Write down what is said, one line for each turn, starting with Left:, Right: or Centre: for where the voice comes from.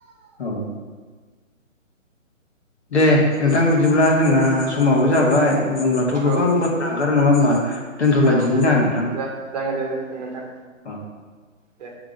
Left: औ दे नोंथां बिदिब्ला जोंहा समावबो जाबाय बुंब्लाथ' गोबां
Right: औ
Left: बाथ्रा ओंखारो नङा होमबा दोनथ'लाय
Right: औ
Left: दिनि
Right: जागोन
Left: दा नोंथां
Right: जा जागोन दे जोगोन नोंथां
Left: औ
Right: दे